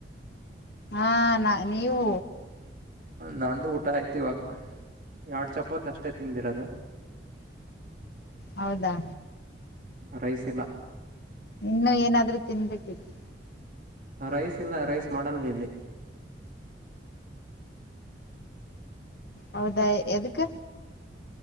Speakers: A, on the left; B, on the right.
A: ಹಾ ನಾ ನೀವು
B: ನಂದು ಊಟ ಆಯ್ತ ಇವಾಗ ಎಡ್ ಚಪಾತ್ ಅಷ್ಟೇ ತಿಂದಿರದು.
A: ಹೌದಾ
B: ರೈಸ್ ಇಲ್ಲ.
A: ಇನ್ನು ಏನಾದ್ರೂ ತಿನ್ಬೇಕಿತ್ತು.
B: ರೈಸ್ ಇಲ್ಲ ರೈಸ್ ಮಾಡಲ್ಲ ಇಲ್ಲಿ
A: ಹೌದಾ ಎದಕ್ಕ